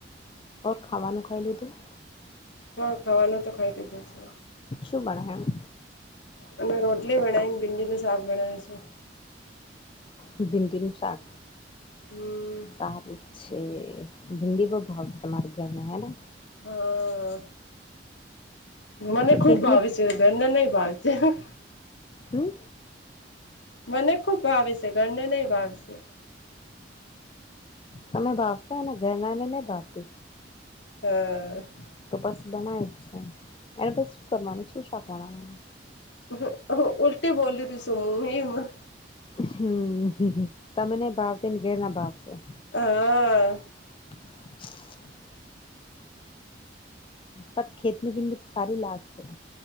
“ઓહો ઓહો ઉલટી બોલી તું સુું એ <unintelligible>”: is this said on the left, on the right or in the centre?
Left